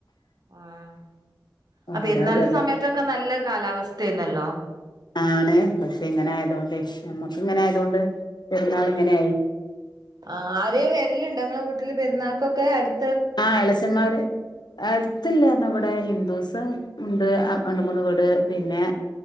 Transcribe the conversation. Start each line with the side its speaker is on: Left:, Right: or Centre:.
Right: ആഹ് ആ
Left: ഓരോ
Right: പ്പൊരുന്നാളിന്റെ
Left: ഇതല്ലേ
Right: സമയത്തൊക്കെ നല്ല കാലാവസ്ഥയന്നല്ലോ
Left: ആണ് പക്ഷെ ഇങ്ങനെ ആയതോണ്ട് നമ്മ ങ്ങനെ ആയതോണ്ട് പെരുന്നാള്
Right: ആഹ്
Left: ഇങ്ങനെ ആയി
Right: ആഹ് ആരെവരലുണ്ട് ഇങ്ങളെ വീട്ടില് പെരുന്നാൾക്കൊക്കെ അടു-
Left: ആ അലച്ചന്മാര് അടുത്തില്ല നമ്മുടെ ഹിന്ദൂസും ഉണ്ട് രണ്ട മൂന്ന് വീട് പിന്നെ